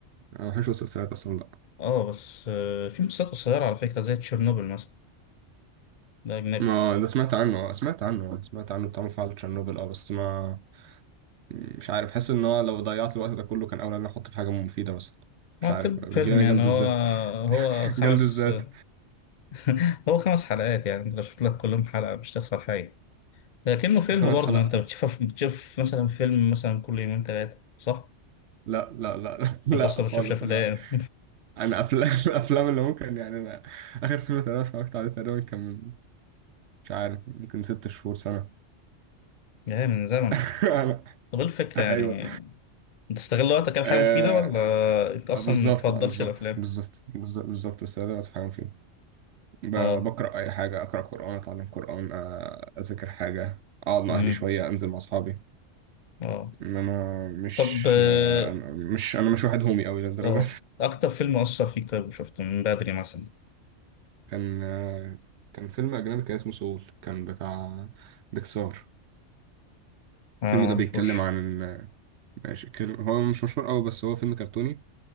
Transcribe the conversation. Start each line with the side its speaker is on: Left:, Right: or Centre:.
Right: انا ما بحبش المسلسلات اصلا لا
Left: اه بس آه، في مسلسلات قصيرة على فكرة زي تشيرنوبل مثلا ده أجنبي
Right: ما ده سمعت عنه سمعت عنه سمعت عنه بتاع مفاعل تشيرنوبل اه بس ما مش عارف حاسس ان هو لو ضيعت الوقت ده كله كان اولى ان انا احطه في حاجه مفيده مثلا مش
Left: معتب
Right: عارف بيجيلي
Left: فيلم
Right: انا
Left: يعني
Right: جلد
Left: هو
Right: الذات
Left: هو
Right: <laughs>
Left: خمس
Right: جلد الذات
Left: <laughs> هو خمس حلقات يعني انت لو شفت لك كلهم حلقة مش تخسر حاجة لكنه فيلم
Right: خمس
Left: برضه
Right: حلقات
Left: ما انت بتشوف بتشوف مثلا فيلم مثلا كل يومين ثلاثة صح؟
Right: لا لا لا <laughs>
Left: انت
Right: لا
Left: اصلا
Right: خالص
Left: ما بتشوفش افلام
Right: انا انا افلام <laughs> الافلام اللي ممكن يعني انا اخر فيلم تقريبا اتفرجت عليه تقريبا كان من- مش عارف ممكن ست شهور سنه
Left: <laughs> يعني من زمن
Right: <laughs> أنا-
Left: طب ايه الفكرة
Right: ايوه
Left: يعني انت تستغل وقتك على
Right: آه
Left: حاجة مفيدة ولا انت اصلا
Right: بالظبط
Left: ما بتفضلش
Right: آه، بالظبط
Left: الافلام؟
Right: بالظبط بالظ- بالظبط بس ده بتفهم فيه ب-
Left: اه
Right: بقرا اي حاجه اقرا قران اتعلم قران آه، اذاكر حاجه اقعد مع
Left: امم
Right: اهلي شويه انزل مع اصحابي
Left: اه
Right: انما مش
Left: طب آه
Right: آه، أنا- مش انا مش واحد هومي قوي للدرجه
Left: آه، أكتر فيلم أثر فيك طيب وشفته من بدري مثلا
Right: كان آه، كان فيلم أجنبي كان اسمه سول كان بتاع بيكسار
Left: أنا
Right: الفيلم
Left: معرفوش
Right: ده بيتكلم عن آه، ماشي كر- هو مش مشهور قوي بس هو فيلم كرتوني